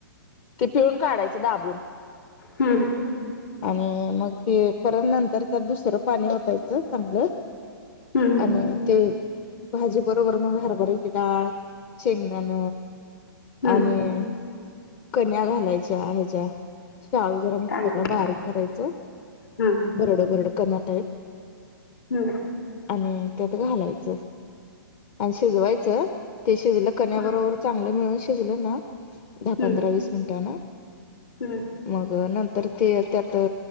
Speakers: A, on the left; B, on the left.
A: ते पिळून काढायचं दाबून
B: हम्म
A: आणि मग ते परत नंतर त्यात दुसरं पाणी होतायचं चांगलं
B: हम्म
A: आणि ते भाजी बरोबर मग हरभरायची डाळ शेंगदाण
B: हम्म.
A: आणि कन्या घालायच्या ह ज शाळू जरा मिक्सरला
B: कांदा
A: बारीक करायचं
B: हम्म.
A: बरड बरड कन टाईप
B: हम
A: आणि त्यात घालायच शिजवायचं ते शिजलं कनबरोबर
B: हम्म.
A: चांगलं मिळून शिजलं ना दहा
B: हम्म.
A: पंधरा वीस मिनट ना
B: हम्म.
A: मग नंत तर ते त्यात